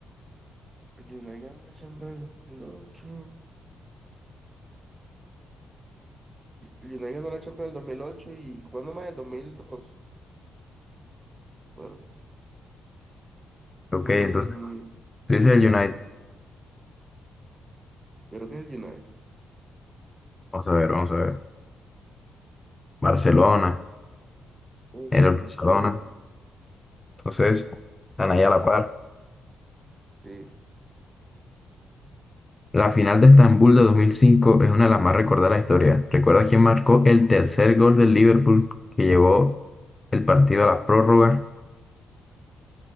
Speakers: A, on the right; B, on the left.
A: el United ganó la Champions en el 2008. El United ganó la Champions en el dos mil ocho y ¿cuándo más? El dos mil dos Bueno,
B: Ok,
A: mm,
B: entonces tú dices el United.
A: yo creo que es el United.
B: Vamos a ver, vamos a ver. Barcelona,
A: Uy,
B: era el
A: ¿En
B: Barcelona.
A: serio?
B: Entonces, están ahí a la par.
A: Sí.
B: La final de Estambul de 2005 es una de las más recordadas de la historia. ¿Recuerda quién marcó el tercer gol del Liverpool que llevó el partido a la prórroga?